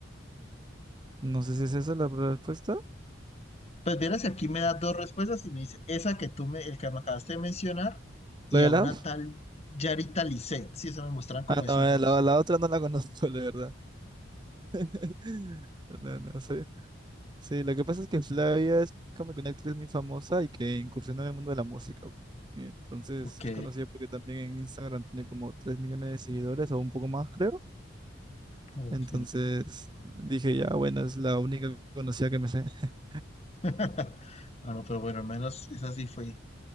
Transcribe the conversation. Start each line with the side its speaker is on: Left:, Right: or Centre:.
Right: no sé si es esa la respuesta.
Left: Pues vieras que aquí me da dos respuestas y me dice, esa que tú me, el que me acabaste de mencionar, y
Right: ¿Flavia
Left: a una
Right: Laos?
Left: tal Yarita Lisset. Sí, eso me muestran como
Right: Ah,
Left: esos
Right: no, eh,
Left: dos.
Right: la, la otra no la conozco, <laughs> la verdad. <laughs> No, no sé. Sí, lo que pasa es que Flavia es como que una actriz muy famosa y que incursionó en el mundo de la música. Eh, Entonces
Left: Ok,
Right: es conocida porque también en Instagram tiene como 3 millones de seguidores o un poco más, creo.
Left: ok.
Right: Entonces dije, ya, bueno, es la única conocida que me sé. <laughs>
Left: <laughs> Ah, no, pero bueno, al menos esa sí fue.